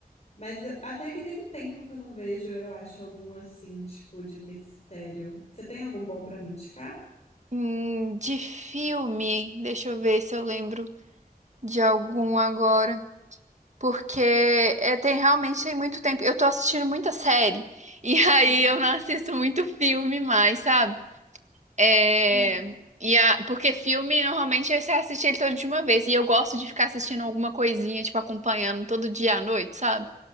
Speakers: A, on the left (about 45°); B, on the right (about 50°).
A: Mas eu- até que tem um tempo que eu não vejo, eu acho, algum assim, tipo, de mistério. Você tem algum bom pra me indicar?
B: Hum, de filme, deixa eu ver se eu lembro de algum agora. Porque é, tem realmente tem muito tempo. Eu tô assistindo muita série. E <laughs> aí
A: Uhum.
B: eu não assisto muito filme mais, sabe? É,
A: Aham.
B: e a, porque filme normalmente é você assiste ele todo de uma vez. E eu gosto de ficar assistindo alguma coisinha, tipo, acompanhando todo dia à noite, sabe?